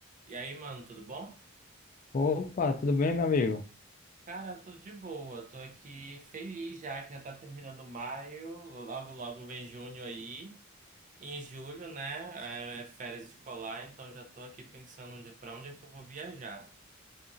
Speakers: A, on the right; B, on the left.
A: E aí, mano, tudo bom?
B: Opa, tudo bem, meu amigo?
A: Cara, tô de boa, tô aqui feliz já que já tá terminando maio, logo logo vem junho aí. E em julho, né, é férias escolar, então já tô aqui pensando onde, pra onde é que eu vou viajar.